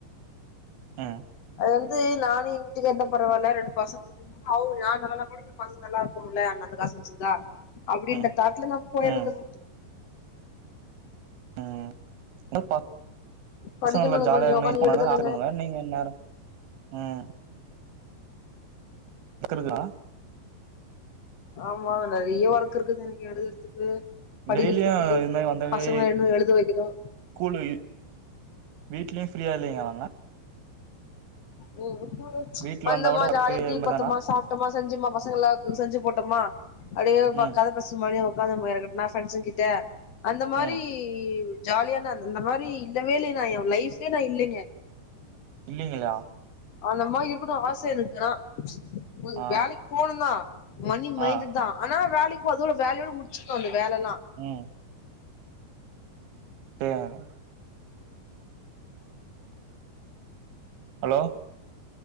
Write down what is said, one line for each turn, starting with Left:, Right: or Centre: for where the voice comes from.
Right: ம்
Left: அது வந்து நானு எங்க வீட்டுக்காரரு இருந்தா பரவால ரெண்டு பசங் அவ் நா நல்லால்லனா கூடி எங்க பசங்க நல்லா இருக்குமல்ல அந்த காச வெச்சிந்தா அப்டின்ற
Right: ம்
Left: தாட்ல நா போயர்றதுங்
Right: ம் ம் பா பசங்கல்ல
Left: படிக்கணுங்க
Right: ஜாலியா
Left: கொஞ்சோ
Right: இருக்குன்னு
Left: உக்காந்து
Right: எங்க
Left: எழுதணுங்க
Right: போனாலு நீங்க இந்நேர ம் க்குறதுனா
Left: ஆமா நெறயா ஒர்க் இருக்கு இன்னைக்கு எழுதறதுக்கு படிக்கறதுக்கு
Right: டெய்லியும் இது மாதிரி வந்தாவே
Left: பசங்க இன்னு எழுத வெக்கணு
Right: ஸ்கூலு வீட்லயு ஃப்ரீயா இல்லைங்ளா அவுங்க
Left: ஓ <inaudible>
Right: வீட்ல
Left: வந்தமா
Right: வந்தா கூட ஒர்க்கு
Left: ஜாலியா டி
Right: இதுதானா
Left: வி பாத்தமா சாப்ட்டமா செஞ்சமா பசங்க எல்லார்க்கு செஞ்சு போட்டமா அப்டியே ஒரு பக்
Right: ம்
Left: கத பேசற மாரி உட்காந்த <unintelligible> நா ஃப்ரண்ட்ஸ்ங்கிட்ட அந்த மாரி
Right: ம்
Left: ஜாலியாதாருந்த இந்த மாறி இல்லவே இல்ல நா என் லைஃப்லயே நா இல்லங்க
Right: இல்லிங்களா
Left: அந்த மாறி இருக்கட்டும் ஆச இருக்கு எனக்கு ஆனா
Right: ஆ
Left: வேலைக்கு போணுதா மணி மைண்டட்
Right: ஆ
Left: தா ஆனா வேலைக்கு போறதுல வேலையோட முடிச்சிட்னு அந்த வேலல்லா
Right: ம் தேவயான ஹலோ